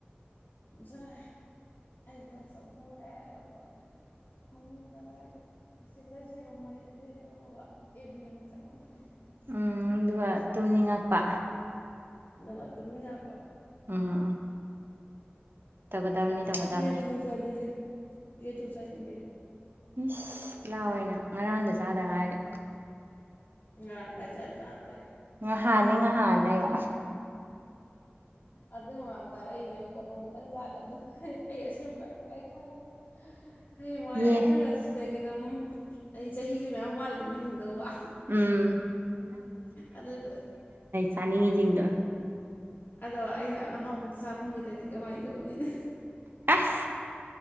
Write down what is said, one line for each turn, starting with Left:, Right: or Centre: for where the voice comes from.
Left: ꯁꯥꯔꯥ ꯄ꯭ꯔꯊꯔꯦ ꯑꯗꯨꯒ ꯐꯃ ꯆꯪꯉꯒꯦꯇꯔꯁꯦ ꯉꯝꯕꯅꯦ ꯆꯇꯔꯁꯦ ꯉꯝꯃꯒ ꯑꯦ ꯕꯤ ꯑꯃ ꯆꯪꯉꯝꯕꯅꯦ
Right: ꯎꯝ ꯑꯗꯨꯒ ꯇꯨꯝꯅꯤꯡꯉꯛꯄ
Left: ꯅ ꯇꯨꯝꯕꯤ ꯉꯥꯛꯄ
Right: ꯎꯝ ꯇꯧꯒꯗꯕꯅꯤ ꯇꯧꯒꯗꯕꯅꯤ
Left: ꯌꯦ ꯊꯧ ꯆꯔꯒꯦ ꯌꯦ ꯊꯧ ꯆꯔꯒꯦ ꯊ
Right: ꯃꯤꯁ ꯂꯥꯛꯑꯣꯏꯅ ꯉꯔꯥꯡꯗ ꯆꯥꯗ ꯉꯥꯏꯔꯦ
Left: ꯉꯔꯪ ꯀꯥꯏ ꯆꯕ ꯆꯥꯗꯦ
Right: ꯉꯍꯥꯟꯅꯤ ꯉꯍꯥꯟꯅꯌꯣ
Left: ꯑꯗꯨꯏ ꯃꯃꯥꯗ ꯆꯥꯔꯛꯏꯅꯦꯕꯀꯣ ꯅꯣꯡꯃꯇꯪ ꯆꯥꯗꯕꯗ ꯑꯩ ꯑꯁꯦꯡꯕꯩ ꯑꯩ ꯈꯜꯂꯦ ꯍꯌꯦꯡꯋꯥꯏ
Right: ꯌꯦ
Left: ꯑꯩ ꯈꯔꯒ ꯁꯤꯗꯒꯤ ꯑꯗꯨꯝ ꯑꯩ ꯆꯍꯤꯁꯨꯦ ꯃꯌꯥꯝ ꯋꯥꯠꯂꯤꯗꯅ ꯍꯤꯡꯗꯧꯕ
Right: ꯎꯝ
Left: ꯑꯗꯨꯗ
Right: ꯁꯅꯤꯡ ꯍꯖꯤꯡꯗ
Left: ꯑꯗꯣ ꯑꯩ ꯌꯥꯝꯅ ꯍꯥꯎꯕꯗ ꯆꯥ ꯐꯪꯉꯔꯗꯤ ꯀꯃꯥꯏꯅ ꯇꯧꯅꯤꯅ
Right: ꯎꯝ